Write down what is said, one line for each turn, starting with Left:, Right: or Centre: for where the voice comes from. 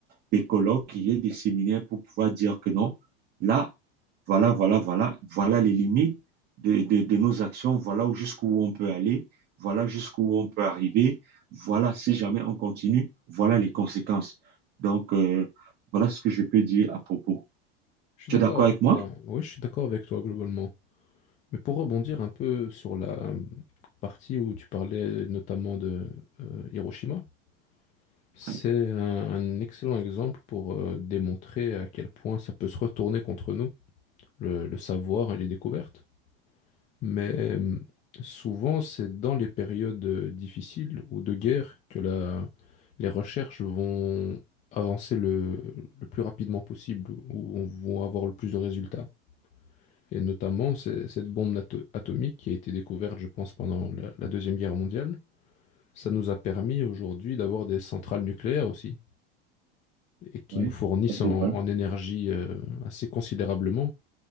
Right: des colloques, qu'il y ait des séminaires pour pouvoir dire que non, là, voilà, voilà, voilà, voilà les limites de, de, de nos actions, voilà jusqu'où on peut aller, voilà jusqu'où on peut arriver, voilà si jamais on continue, voilà les conséquences. Donc, euh, voilà ce que je peux dire à propos.
Left: Je suis
Right: Tu
Left: d'accord
Right: es d'accord
Left: avec
Right: avec moi?
Left: toi. Oui, je suis d'accord avec toi globalement. Mais pour rebondir un peu sur la euh, partie où tu parlais notamment de euh, Hiroshima, c'est
Right: Oui,
Left: un, un excellent exemple pour euh, démontrer à quel point ça peut se retourner contre nous, le le savoir et les découvertes. Mais hum, souvent, c'est dans les périodes euh, difficiles ou de guerre que la- les recherches vont avancer le, le plus rapidement possible, ou vont avoir le plus de résultats. Et notamment, c'est- cette bombe nato- atomique qui a été découverte, je pense, pendant la, la Deuxième Guerre mondiale, ça nous a permis aujourd'hui d'avoir des centrales nucléaires aussi, et qui
Right: Oui,
Left: nous fournissent
Right: ça
Left: en,
Right: c'est vrai.
Left: en énergie euh, assez considérablement.